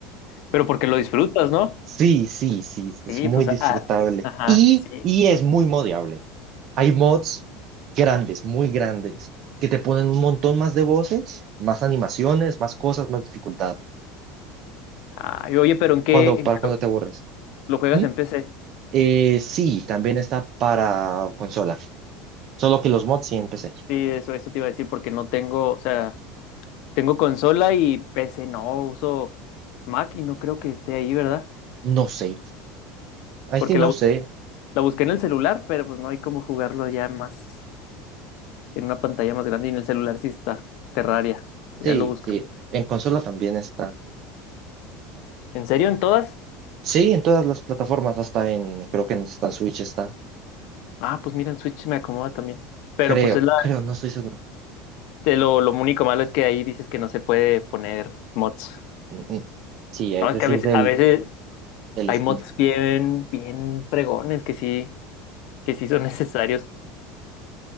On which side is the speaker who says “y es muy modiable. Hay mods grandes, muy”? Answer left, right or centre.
Right